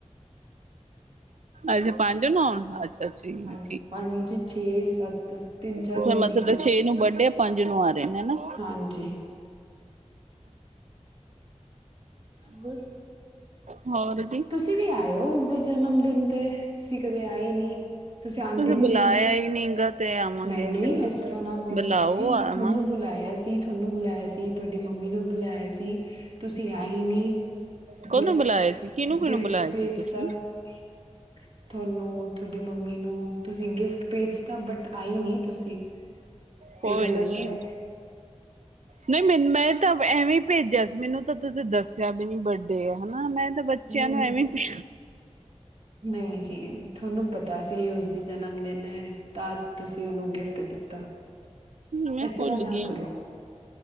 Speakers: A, on the right; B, on the right.
A: ਅੱਛਾ ਪੰਜ ਨਾ ਔਨ ਅੱਛਾ। ਠੀਕ
B: ਹਾਂਜੀ ਪੰਜ, ਛੇ, ਸੱਤ। ਤਿੰਨ ਚਾਰ
A: ਅੱਛਾ
B: ਦਿਨ
A: ਮਤਲਬ
B: ਲਈ ਆਉਣ
A: ਛੇ ਨੂੰ ਬਰਡੇ ਆ, ਪੰਜ ਨੂੰ ਆ ਰਹੇ ਨੇ, ਹਨਾ।
B: ਹਾਂਜੀ। ਹੋਰ?
A: ਹੋਰ ਜੀ?
B: ਤੁਸੀਂ ਵੀ ਆਏ ਹੋ ਉਸਦੇ ਜਨਮ ਦਿਨ ਤੇ, ਤੁਸੀਂ ਕਦੇ ਆਈ ਨਹੀਂ। ਤੁਸੀਂ ਆਉਂਦੇ ਵੀ
A: ਬੁਲਾਇਆ
B: ਨਹੀਂ।
A: ਹੀ ਨੀ ਗਾ ਤੇ ਆਵਾਂਗੇ
B: ਨਹੀਂ- ਨਹੀਂ
A: ਫਿਰ
B: ਇਸ ਤਰਾਂ ਨਾ ਬੋਲੋ,
A: ਬੁਲਾਓ
B: ਭੈਣ ਜੀ ਮੈਂ
A: ਆਵਾਂਗੇ
B: ਤੁਹਾਨੂੰ ਬੁਲਾਇਆ। ਸੀ, ਤੁਹਾਨੂੰ ਬੁਲਾਇਆ ਸੀ, ਤੁਹਾਡੀ ਮੰਮੀ ਨੂੰ ਬੁਲਾਇਆ ਸੀ। ਤੁਸੀਂ ਆਈ ਨਹੀਂ,
A: ਕੋਨੂੰ
B: ਬਸ
A: ਬੁਲਾਇਆ ਸੀ ਕਿਹਨੂੰ ਕਿਹਨੂੰ
B: ਗਿਫਟ
A: ਬੁਲਾਇਆ ਸੀ
B: ਭੇਜਦਾ।
A: ਤੁਸੀਂ
B: <inaudible> ਤੁਹਾਨੂੰ, ਤੁਹਾਡੀ ਮੰਮੀ ਨੂੰ, ਤੁਸੀਂ ਗਿਫਟ ਭੇਜਤਾ ਬਟ ਆਈ ਨਹੀਂ ਤੁਸੀਂ। <inaudible>
A: ਕੋਈ
B: ਗ਼ਲਤ
A: ਨੀ।
B: ਹੈ
A: ਨਹੀਂ ਮੈਨੂੰ ਮੈਂ ਤਾਂ, ਐਵੇਂ ਭੇਜਿਆ ਸੀ। ਮੈਨੂੰ ਤਾਂ ਤੁਸੀਂ ਦੱਸਿਆ ਵੀ ਨ- ਤੇ ਹਨਾ, ਮੈਂ ਤਾਂ ਬੱਚਿਆਂ
B: ਹਮ
A: ਨੂੰ ਐਵੇਂ ਭੇ-
B: ਨਹੀਂ ਜੀ, ਤੁਹਾਨੂੰ ਪਤਾ ਸੀ ਉਸ। ਜਨਮ ਦਿਨ ਹੈ, ਤਾਂ ਤੁਸੀਂ ਉਹਨੂੰ ਗਿਫਟ ਦਿੱਤਾ।
A: ਮੈਂ
B: ਇਸ
A: ਭੁੱਲ
B: ਤਰ੍ਹਾਂ ਨਾ
A: ਗਈ।
B: ਕਰੋ